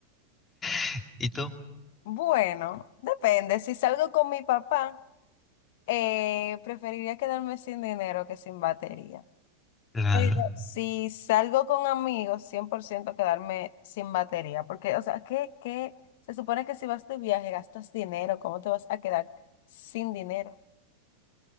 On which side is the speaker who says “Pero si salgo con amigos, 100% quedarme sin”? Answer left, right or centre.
Left